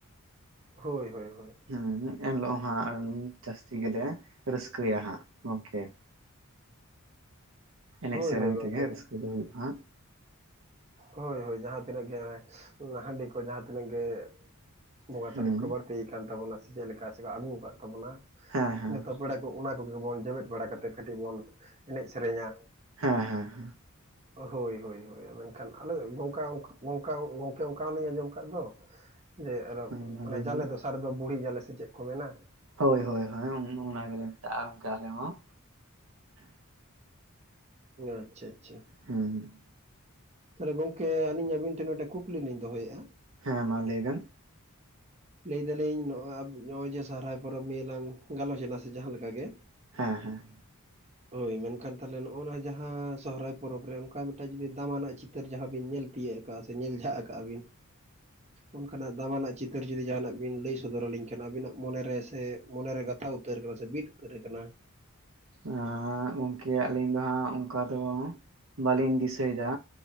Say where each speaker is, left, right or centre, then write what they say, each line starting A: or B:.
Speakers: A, on the right; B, on the right.
A: ᱦᱳᱭ ᱦᱳᱭ ᱦᱳᱭ᱾
B: ᱦᱮᱸ ᱮᱱᱦᱤᱞᱚᱜ ᱦᱚᱸ ᱦᱟᱸᱜ ᱡᱟᱹᱥᱛᱤ ᱜᱮᱞᱮ ᱨᱟᱹᱥᱠᱟᱹᱭᱟ ᱦᱟᱸᱜ ᱜᱚᱢᱠᱮ᱾ ᱮᱱᱮᱡ
A: ᱦᱳᱭ
B: ᱥᱮᱨᱮᱧ
A: ᱦᱳᱭ ᱜᱚᱝᱠᱮ
B: ᱛᱮᱜᱮ ᱨᱟᱹᱥᱠᱟᱹ ᱫᱚ ᱦᱩᱭᱩᱜᱼᱟ ᱦᱟᱸᱜ᱾
A: ᱦᱳᱭ ᱦᱳᱭ ᱡᱟᱦᱟᱸ ᱛᱤᱱᱟᱹᱜ ᱜᱮ ᱦᱟᱺᱰᱤ ᱠᱚ ᱡᱟᱦᱟᱸ ᱛᱤᱱᱟᱹᱜ ᱜᱮᱼᱼ ᱵᱚᱸᱜᱟ
B: ᱦᱮᱸ
A: ᱥᱟᱨᱮᱡ ᱠᱚ ᱵᱟᱹᱲᱛᱤᱭ ᱠᱟᱱ ᱛᱟᱵᱚᱱᱟ ᱥᱮ ᱪᱮᱫ ᱞᱮᱠᱟ ᱥᱮ ᱠᱚ ᱟᱹᱜᱩ ᱟᱠᱟᱫ ᱛᱟᱵᱚ ᱱᱟ
B: ᱦᱮᱸ ᱦᱮᱸ
A: ᱱᱮᱣᱛᱟ ᱯᱮᱲᱟᱼᱼ ᱚᱱᱟ ᱠᱚᱜᱮ ᱵᱚᱱ ᱡᱮᱢᱮᱫ ᱵᱟᱲᱟ ᱠᱟᱛᱮᱫ ᱠᱟᱹᱴᱤᱡ ᱵᱚᱱ ᱮᱱᱮᱡ ᱥᱮᱨᱮᱧᱟ᱾
B: ᱦᱮᱸ ᱦᱮᱸ ᱦᱮᱸ᱾
A: ᱦᱳᱭ ᱦᱳᱭ ᱢᱮᱱᱠᱷᱟᱱ ᱟᱞᱮᱚᱝ ᱜᱚᱝᱠᱮ ᱚᱱᱠᱟ ᱦᱚᱸᱞᱤᱧ ᱟᱸᱡᱚᱢ ᱟᱠᱟᱫ ᱫᱚ? ᱡᱮᱮ
B: ᱦᱮᱸ ᱢᱟ ᱞᱟᱹᱭ
A: ᱡᱟᱞᱮ
B: ᱵᱮᱱ
A: ᱫᱚᱥᱟᱨ ᱫᱚ ᱵᱩᱲᱦᱤ ᱡᱟᱞᱮ ᱥᱮ ᱪᱮᱫ ᱠᱚ ᱢᱮᱱᱟ?
B: ᱦᱳᱭ ᱦᱳᱭ ᱦᱳᱭ ᱚᱱᱟ ᱜᱮᱞᱮ ᱢᱮᱛᱟᱜᱼᱟ ᱟᱞᱮ ᱦᱚᱸ᱾
A: ᱟᱪᱪᱷᱟ ᱟᱪᱪᱷᱟ᱾
B: ᱦᱮᱸ ᱦᱮᱸ
A: ᱛᱟᱦᱚᱞᱮ ᱜᱚᱢᱠᱮ ᱟᱹᱞᱤᱧ ᱟᱹᱵᱤᱱ ᱴᱷᱮᱱ ᱢᱤᱫᱴᱮᱱ ᱠᱩᱠᱞᱤ ᱞᱤᱧ ᱫᱚᱦᱚᱭᱮᱫᱼᱟ?
B: ᱦᱮᱸ ᱢᱟ ᱞᱟᱹᱭᱵᱮᱱ?
A: ᱞᱟᱹᱭ ᱫᱟᱞᱤᱧ ᱱᱚᱜᱚᱭ ᱱᱚᱜᱼᱚᱭ ᱡᱮ ᱥᱚᱨᱚᱦᱦᱟᱭ ᱯᱚᱨᱚᱵᱽ ᱱᱤᱭᱮ ᱞᱟᱝ ᱜᱟᱞᱚᱪ ᱮᱱᱟ ᱥᱮ ᱡᱟᱦᱟᱸᱠ ᱜᱮ?
B: ᱦᱮᱸ ᱦᱮᱸ᱾
A: ᱦᱳᱭ ᱢᱮᱱᱠᱷᱟᱱ ᱛᱟᱦᱚᱞᱮ ᱱᱚᱜᱼᱚᱭ ᱱᱚᱣᱟ ᱡᱟᱦᱟᱸ ᱥᱚᱦᱚᱨᱟᱭ ᱯᱚᱨᱚᱵᱽ ᱨᱮ ᱚᱱᱠᱟ ᱢᱤᱫᱴᱟᱝ ᱡᱩᱫᱤ ᱫᱟᱢᱟᱱᱟᱜ ᱪᱼᱼ ᱪᱤᱛᱟᱹᱨ ᱡᱟᱦᱟᱸ ᱵᱤᱱ ᱧᱮᱞ ᱛᱤᱭᱳᱟᱹᱜ ᱠᱟᱜᱼᱟ ᱥᱮ ᱧᱮᱞ ᱡᱷ ᱠᱟᱜᱼᱟ ᱵᱤᱱ ᱚᱱᱠᱟᱱᱟᱜ ᱫᱟᱢᱟ ᱱᱟᱜ ᱪᱼᱼ ᱩᱤᱛᱟᱹᱨ ᱡᱩᱫᱤ ᱡᱟᱦᱟᱱᱟᱜ ᱵᱤᱱ ᱞᱟᱹᱭ ᱥᱚᱫᱚᱨ ᱟᱹᱞᱤᱧ ᱠᱷᱟᱱ ᱟᱵᱤᱱᱟᱜ ᱢᱚᱱᱮᱨᱮ ᱥᱮ ᱢᱚᱱᱮᱨᱮ ᱜᱟᱛᱷᱟ ᱩᱛᱟᱹᱨ ᱟᱠᱟᱱᱟ ᱥᱮ ᱵᱤᱫ ᱩᱛᱟᱹᱨ ᱟᱠᱟᱱᱟ᱾
B: ᱮ ᱜᱚᱢᱠᱮ ᱟᱹᱞᱤᱧ ᱫᱚ ᱦᱟᱸᱜ ᱚᱱᱠᱟ ᱫᱚ ᱵᱟᱹᱞᱤᱧ ᱫᱤᱥᱟᱹᱭᱮᱫᱟ᱾